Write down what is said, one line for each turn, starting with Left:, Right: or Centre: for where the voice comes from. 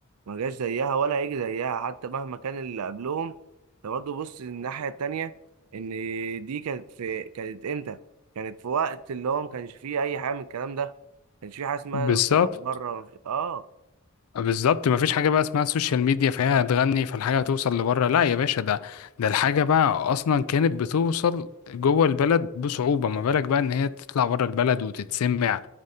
Right: ما جاش زيها ولا هيجي زيها حتى مهما كان اللي قبلهم انت برضو بص الناحيه التانيه ان دي كانت في كانت امتى كانت في وقت اللي هو ما كانش فيه اي حاجه من الكلام ده ما كانش فيه حاجه اسمها
Left: بالظبط
Right: سفر بره ما فيش- اه
Left: بالظبط مفيش حاجة بقى اسمها السوشيال ميديا فهي هتغني فالحاجة هتوصل لبره لا يا باشا ده ده الحاجة بقى أصلا كانت بتوصل جوه البلد بصعوبة ما بالك بقى إن هي تطلع بره البلد وتتسمع